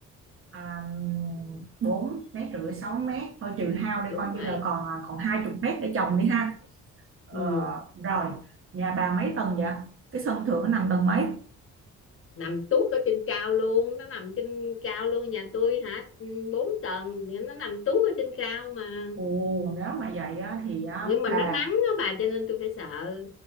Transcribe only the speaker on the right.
À, 4 mét rưỡi 6 mét thôi trừ hao đây
coi
như là còn còn hai chục mét để trồng đi ha. Ờ,
rồi, nhà bà mấy tầng vậy? Cái sân thượng nó nằm tầng mấy?
Ồ, nếu mà vậy á, thì á,
bà